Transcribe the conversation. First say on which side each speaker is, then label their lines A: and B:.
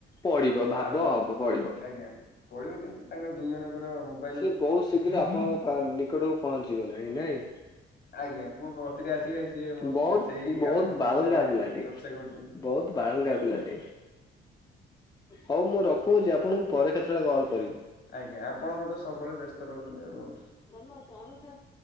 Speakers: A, on the left (about 20°); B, on the left (about 55°).
A: ପଡ଼ିବ ଭାବ
B: ଆ ମୋ
A: ହବ ପ
B: ଆଜ୍ଞା ପଢିବ କିନ୍ତୁ ତାଙ୍କର ଦୁଇ ଜଣଙ୍କର ହବ୍
A: ସିଏ ବହୁତ ଶୀଘ୍ର ଆପଣଙ୍କ ପା ନିକଟକୁ ପହଞ୍ଚି ଗଲାଣି ନାଇଁ।
B: ଆଜ୍ଞା ମୋ ବତିରେ ଆସିକି ସିଏ ମୋ
A: ବହୁତ
B: ସେଇ
A: ବହୁତ
B: ଆପଣଙ୍କ
A: ବାଳୁଙ୍ଗା
B: ବିଷୟରେ
A: ପିଲାଟିଏ
B: ଟିକେ ଚର୍ଚ୍ଚା କରୁଚନ୍ତି।
A: ବହୁତ ବାଳୁଙ୍ଗା ପିଲା ଟେ ହଉ ମୁଁ ରଖୁଅଛି ଆପଣଙ୍କୁ ପରେ କେତେବେଳେ କଲ୍ କରିବି।
B: ଆଜ୍ଞା ଆପଣଙ୍କ ତ ସବୁବେଳେ ବ୍ୟସ୍ତରହୁଚନ୍ତି ଆଉ ରୁହନ୍ତୁ।
A: <unintelligible>